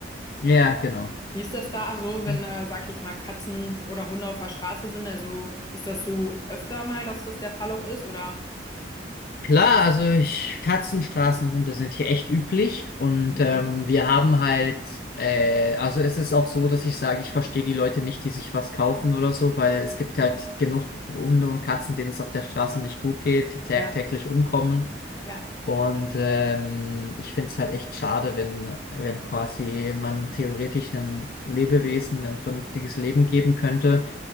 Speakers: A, on the left; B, on the left.
A: Ja, genau.
B: Wie ist das da so, wenn
A: Ja.
B: da, sag ich mal, Katzen oder Hunde auf der Straße sind? Also ist das so öfter mal, dass das der Fall auch ist, oder?
A: Klar, also ich, Katzen, Straßenhunde sind hier echt üblich und
B: Mhm.
A: ähm, wir haben halt, äh, also es ist auch so, dass ich sage, ich verstehe die Leute nicht, die sich was kaufen oder so, weil es gibt halt genug Hunde und Katzen, denen es auf der Straße nicht gut geht, die tagtäglich
B: Ja,
A: umkommen
B: ja,
A: und ähm, ich finde es halt echt schade, wenn, wenn quasi man theoretisch einem Lebewesen ein vernünftiges Leben geben könnte